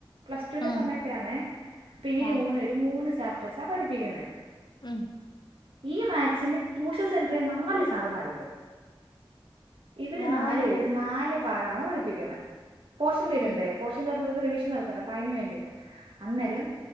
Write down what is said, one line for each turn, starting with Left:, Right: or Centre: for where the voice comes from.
Right: പ്ലസ് ടുവിന്റെ
Left: ഉം
Right: സമയത്താന്നേ അപ്പൊ ഇവര്
Left: ആഹ്
Right: മൂന്ന് പേരും മൂന്ന് ചാപ്റ്റേഴസാ പഠിപ്പിക്കുന്നേ
Left: ഉം
Right: ഈ മാത്‍സിന് ട്യൂഷൻ സെന്ററിൽ നാല് സാറമാരുണ്ട് ഇവര്
Left: നാലെണ്ണം
Right: നാല് പേരും നാല് പാഠമാണ് പഠിപ്പിക്കുന്നേ പോഷൻ തീരണ്ടേ
Left: ഉം
Right: പോഷൻ തീർന്ന് ഇവർക്ക് റിവിഷൻ നടത്തണ്ടെ അപ്പോ അതിന് വേണ്ടീട്ട് അന്നേരം
Left: ആഹ്